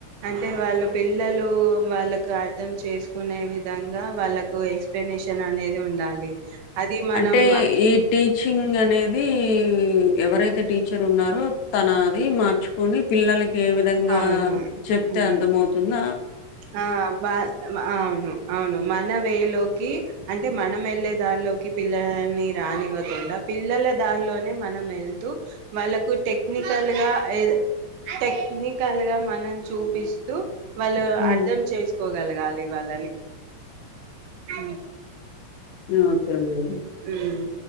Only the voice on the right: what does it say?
అంటే వాళ్ళు పిల్లలు వాళ్ళకు అర్థం చేసుకునే విధంగా వాళ్ళకు ఎక్సప్లనేషన్ అనేది ఉండాలి. అది మనం
అవును
ఉమ్
ఆ బా అవును అవును. మన వేలోకి అంటే మనం ఎళ్ళే దారిలోకి పిల్లలని రానివ్వకుండ పిల్లల దారిలోనే మనం ఎళ్తూ వాళ్ళకు టెక్నిక్ టెక్నికల్ గ ఏదై టెక్నికల్ గా మనం చూపిస్తూ వాళ్లు
అర్ధం చేసుకోగలగాలి వాళ్ళని ఆ
ఉమ్మ్.